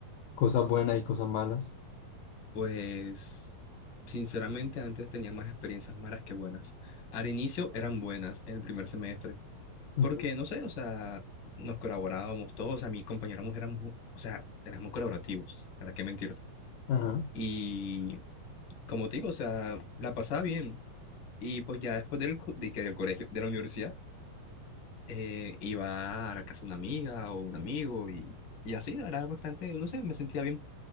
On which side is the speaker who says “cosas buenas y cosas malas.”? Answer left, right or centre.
Left